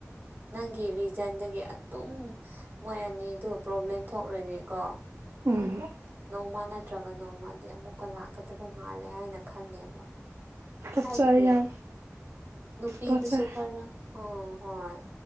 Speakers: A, on the right; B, on the right.
A: ꯅꯪꯒꯤ ꯔꯤꯖꯟꯗꯒꯤ ꯑꯗꯨꯝ ꯃꯣꯏ ꯑꯅꯤꯗꯨ ꯄ꯭ꯔꯣꯕ꯭ꯂꯦꯝ ꯊꯣꯛꯂꯣꯏꯅꯤꯀꯣ
B: ꯎꯝ
A: ꯅꯣꯡꯃ ꯅꯠꯇ꯭ꯔꯒ ꯅꯣꯡꯃꯗꯤ ꯑꯃꯨꯛꯀ ꯂꯥꯛꯀꯗꯕ ꯃꯥꯜꯂꯦ ꯍꯥꯏꯅ ꯈꯜꯂꯦꯕ
B: ꯇꯣꯔꯆꯔ
A: ꯍꯥꯏꯕꯗꯤ
B: ꯌꯥꯝ
A: ꯅꯨꯄꯤꯗ
B: ꯇꯣꯔꯆꯔ
A: ꯁꯣ ꯈꯔ ꯍ ꯍꯣꯏ